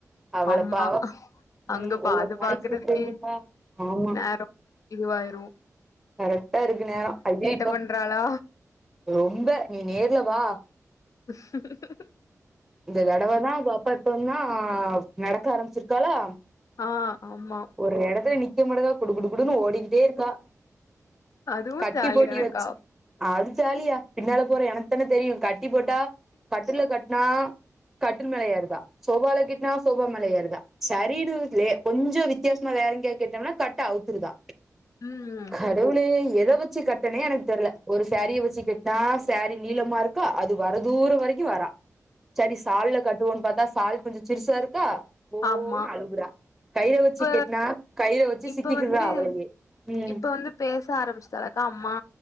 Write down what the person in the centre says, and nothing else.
அவள
பாவோ
ம்
ஒவ்வொரு
நாளைக்கு
சீக்கிரோ எந்திப்பா ஆமா
கரெக்டா இருக்கு நேரோ ஐயோ இப்ப
ரொம்ப நீ நேர்ல வா
இந்த தடவ தா பாப்பா இப்பன்னா நடக்க ஆரம்பிச்சிருக்காலா
ஒரு எடத்துல நிக்க மாட்டுதா குடு குடு குடுன்னு ஓடிக்கிட்டே இருக்கா
கட்டி
போட்டி வெச்சு அது ஜாலியா பின்னால போற எனக்தான தெரியு கட்டி போட்டா கட்டுல்ல கட்னா கட்டுல்மல ஏருதா சோபால கிட்டினா சோபாமல ஏருதா சரீனுத்துலே கொஞ்சோ வித் தியாசமா வேற எங்யாவ்து கட்டோம்னா கட்ட அவுத்துருதா
கடவுளே எத வெச்சு கட் டனே எனக்கு தெர்ல ஒரு சாரிய வெச்சு கட்னா சாரீ நீளமா இருக்கா அது வரதூரோ வரிக்கு வரா செரி சால்ல கட்டுவோன் பாத்தா சால் கொஞ்சோ சிறுசா இருக்கா ஓன்னு
அழுகுறா கைல
வெச்சு கிட்னா கைல வெச்சு
சிக்கிக்குட்றா
அவளயே ம்